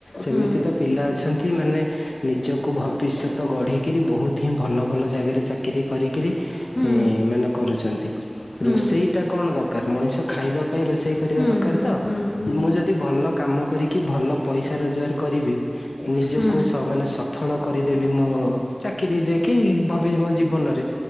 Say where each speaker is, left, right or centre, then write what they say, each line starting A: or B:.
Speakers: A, on the left; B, on the left.
A: ସେମିତି
B: ହୁଁ
A: ତ ପିଲା ଅଛନ୍ତି ମାନେ ନିଜକୁ ଭବିଷ୍ୟତ ଗଢିକିରି ବହୁତ ହିଁ ଭଲ ଭଲ ଜାଗାରେ ଚାକିରି କରି କିରି
B: ହୁଁ
A: ଇଁ ମାନେ କରୁଚନ୍ତି
B: ହୁଁ ହୁଁ
A: ରୋଷେଇ ଟା କଣ ଦ କା ମଣିଷ ଖାଇବା ପାଇଁ ରୋଷେଇ କରିବା
B: ହୁଁ ହୁଁ ହୁଁ
A: ଦରକାର ତ
B: ହୁଁ ହୁଁ
A: ମୁଁ ଯଦି ଭଲ କାମ କରିକି ଭଲ ପଇସା ରୋଜଗାର କରିବି। ନିଜକୁ
B: ହୁଁ
A: ମାନେ ସଫଳ କରିଦେବି ମୋ ଚାକିରି କି ଭାବି ମୋ ଜୀବନରେ